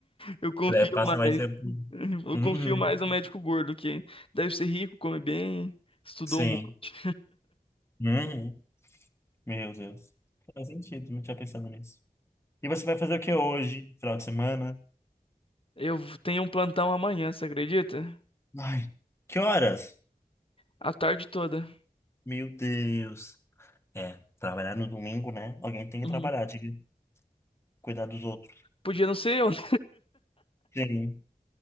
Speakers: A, on the left; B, on the left.
A: Eu confio
B: É, passa
A: mais.
B: mais tempo.
A: Eu
B: Uhum.
A: confio mais no médico gordo, que deve ser rico, come bem, estudou
B: Sim.
A: um monte.
B: Uhum. Meu Deus. Faz sentido, não tinha pensado nisso. E você vai fazer o que hoje, final de semana?
A: Eu tenho um plantão amanhã, você acredita?
B: Ai, que horas?
A: A tarde toda.
B: Meu Deus. É, trabalhar no domingo, né? Alguém tem que
A: Uhum.
B: trabalhar, de cuidar dos outros.
A: Podia não ser eu. né?
B: Sim.